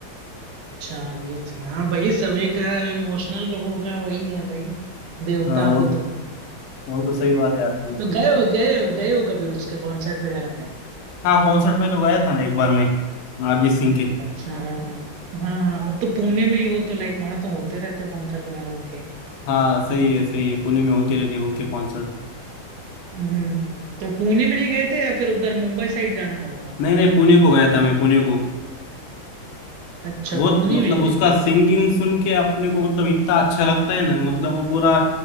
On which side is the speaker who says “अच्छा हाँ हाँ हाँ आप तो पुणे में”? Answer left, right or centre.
Right